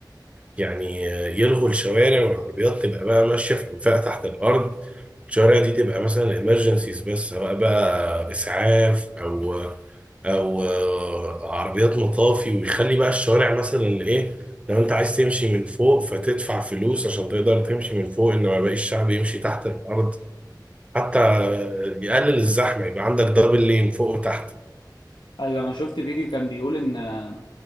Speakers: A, on the right; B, on the left.
A: يعني يلغوا الشوارع والعربيات تبقى بقى ماشية في أنفاق تحت الأرض الشوارع دي تبقى مثلا الامرجنسيز بس سواء بقى إسعاف أو أو عربيات مطافي ويخلي بقى الشوارع مثلا إيه لو أنت عايز تمشي من فوق فتدفع فلوس عشان تقدر تمشي من فوق إنما باقي الشعب يمشي تحت الأرض حتى يقلل الزحمة يبقى عندك دبل لين فوق وتحت
B: ايوه انا شفت فيديو كان بيقول ان آه،